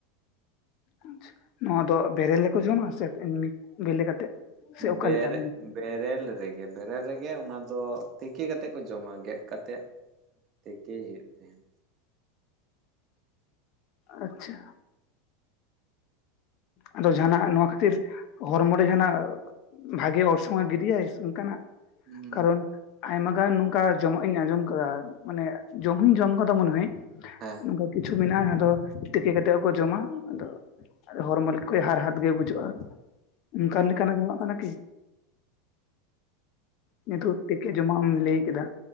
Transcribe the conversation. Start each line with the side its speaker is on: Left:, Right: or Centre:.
Left: ᱟᱪᱪᱷᱟ ᱱᱚᱣᱟ ᱫᱚ ᱵᱮᱨᱮᱞ ᱨᱮᱠᱚ ᱡᱚᱢᱟ ᱥᱮ ᱮᱢᱱᱤ ᱵᱤᱞᱤ ᱠᱟᱛᱮᱜ? ᱥᱮ ᱚᱠᱟᱞᱮᱠᱟ
Right: ᱵᱮᱨᱮᱜ ᱵᱮᱨᱮᱞ ᱨᱮᱜᱮ ᱵᱮᱨᱮᱞ ᱨᱮᱜᱮ ᱚᱱᱟ ᱫᱚ ᱛᱤᱠᱤ ᱠᱟᱛᱮᱫ ᱠᱚ ᱡᱚᱢᱟ ᱜᱮᱫ ᱠᱟᱛᱮᱫ᱾ ᱛᱮᱠᱮ ᱦᱩᱭᱩᱜ ᱜᱮᱭᱟ।
Left: ᱟᱪᱪᱷᱟ ᱟᱫᱚ ᱡᱟᱦᱟᱱᱟᱜ ᱱᱚᱣᱟ ᱠᱷᱟᱹᱛᱤᱨ ᱦᱚᱲᱢᱚ ᱨᱮ ᱡᱟᱦᱟᱱᱟᱜ ᱵᱷᱟᱜᱮ ᱚᱨᱥᱚᱝᱮ ᱜᱤᱰᱤᱭᱟᱭ ᱚᱱᱠᱟᱱᱟᱜ
Right: ᱦᱩᱸ
Left: ᱠᱟᱨᱚᱱ ᱟᱭᱢᱟ ᱜᱟᱱ ᱱᱚᱝᱠᱟ ᱡᱚᱢᱟᱜ ᱤᱧ ᱟᱸᱡᱚᱢ ᱟᱠᱟᱫᱟ ᱢᱟᱱᱮ ᱡᱚᱢ ᱦᱩᱧ ᱡᱚᱢ ᱟᱠᱟᱫᱟ ᱢᱚᱱᱮ ᱦᱚᱭ।
Right: ᱦᱮᱸ
Left: ᱱᱚᱝᱠᱟ ᱠᱤᱪᱷᱩ ᱢᱮᱱᱟᱜᱼᱟ ᱡᱟᱦᱟᱸ ᱫᱚ᱾ ᱛᱤᱠᱤ ᱠᱟᱛᱮᱫ ᱦᱚᱸᱠᱚ ᱡᱚᱢᱟ ᱟᱫᱚ ᱦᱚᱲᱢᱚ ᱦᱟᱨᱦᱟᱛ ᱜᱮ ᱵᱩᱡᱷᱟᱹᱜᱼᱟ। ᱚᱱᱠᱟ ᱞᱮᱠᱟᱱᱟᱜ ᱡᱚᱢᱟᱜ ᱠᱟᱱᱟ ᱠᱤ? ᱱᱤᱛᱚᱜ ᱛᱤᱠᱤ ᱡᱚᱢᱟᱜ ᱮᱢ ᱞᱟᱹᱭ ᱠᱮᱫᱟ।